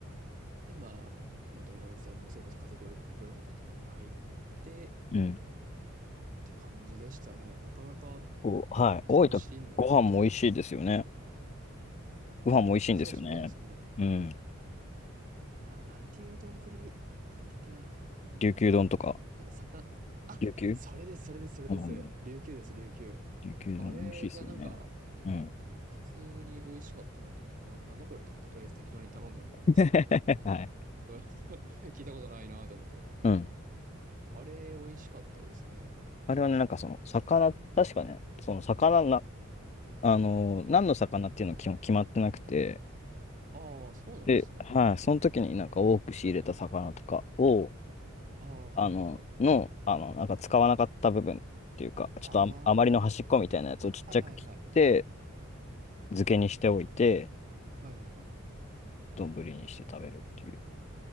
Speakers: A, on the right; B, on the left.
A: で、まあ、本当に温泉も、それこそ家族風呂みたいなところにも入って、
B: うん。
A: って感じでしたね。なかなか
B: お、はい。大分、
A: 楽しいんだなと思いますね。
B: ご飯も美味しいですよね。
A: はい。
B: ご飯も美味しいんですよね。
A: そう、そうですね。
B: うん。
A: あれ、ななんていう丼だったっけな。なんかあの、
B: 琉球丼とか。
A: なんか魚あ、
B: 琉球
A: それです、それです、それです。
B: うん。
A: 琉球です、琉球。
B: 琉球丼美味しいですよね。
A: あれ、いや、なんか、
B: うん。
A: 普通に美味しかったなと思って、な、なんだこれと思って、とりあえず適当に頼んでみたんですけど、
B: <laughs> はい。
A: そう <laughs> 聞いたことないなと思って。
B: うん。
A: あれ、美味しかったですね。
B: あれはね、なんかその、魚、確かね、その魚な、あのー何の魚っていうの基本決まってなくて、
A: ああ、そうなんですね。
B: で、はい、その時になんか多く仕入れた魚とかを、
A: ああ、はいはいはい。
B: あの、の、あの、なんか使わなかった部分っていうか、ちょっとあ、
A: ああ、
B: あまりの端っこみたいなやつをちっちゃく切って、
A: なるほど。はいはいはい。
B: 漬けにしておいて、
A: はいはいはい。
B: 丼にして食べるっていう。